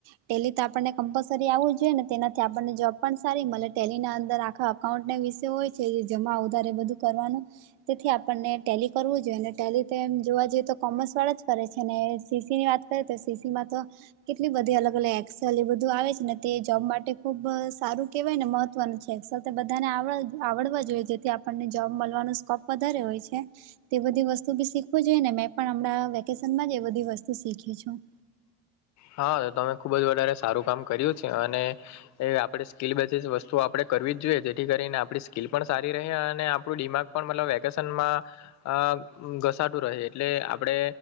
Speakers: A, on the right (about 80°); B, on the left (about 55°).
A: ટેલી તો આપણને કમ્પલસરી આવડવુ જોઈએ ને તેનાથી આપણને જોબ પણ સારી મલે ટેલી ના અંદર આખા અકાઉન્ટના વિસે હોય છે જમા ઉધારે બધું કરવાનું તેથી આપણને ટેલી કરવું જોઈએ ને ટેલી તો એમ જોવા જઈએ તો કોમર્સ વાળા જ કરે છે ને સીસી ની વાત સીસી માં તો કેટલી બધી અલગ એકસેલ એ બધું આવે છે ને તે જોબ માટે ખુબ સારું કેવાય ને મહત્વનું છે. એક્સેલ તો બધાને આવડ આવડવા જોઈએ જેથી આપણને જોબ મલવાનો સ્કોપ વધારે હોય છે. તે બધી વસ્તુ બી શીખવું જોઈએ ને મેં પણ હમણાં વેકેશનમાં જ એ બધી વસ્તુ શીખી છું.
B: હા તો તમે ખુબ જ વધારે સારું કામ કર્યું છે અને એ આપણે સ્કીલ બેસીસ વસ્તુ આપણે કરવી જ જોઈએ જેથી કરીને આપણી સ્કીલ પણ સારી રહે અને આપણું ડિમાગ પણ મતલબ વેકેશનમાં અ ઘસાતું રહે એટલે આપણે